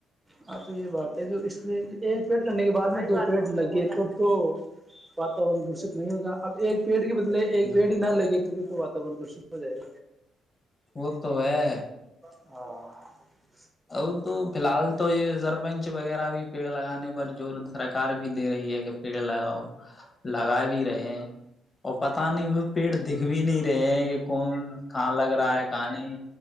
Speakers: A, on the right; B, on the left.
A: ہاں تو یہ بات ہے کہ اس ایک پیٹ کرنے کے بعد میں دو پیڑ لگے کب تو واتورن دشت نہیں ہوگا اب ایک پیڑ کے بدلے
B: جان
A: ایک بڑ نہھر لگے گ تو واتاور درشت ہو جائے
B: وہ تو ہے
A: اور
B: ا تو فی الحال تو یہ سرپنچ وغیرہ بھی پیڑ لگانے ب جو درکار بھی دے رہی ہے کہ پیڑ لگاؤ لگا بھی رہے ہیں اور پتا نہیں وہ پیڑ دکھ بھی نہیں رہے ہیں کہ کون کہاں لگ رہا ہے کہاں نہیں